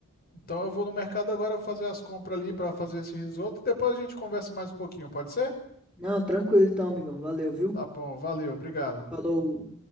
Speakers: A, on the left; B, in the centre.
A: então eu vou no mercado agora fazer as compras ali pra fazer esse risoto. Depois a gente conversa mais um pouquinho, pode ser?
B: Não, tranquilo então, amigão. Valeu, viu?
A: Tá bom, valeu, obrigado.
B: Falou.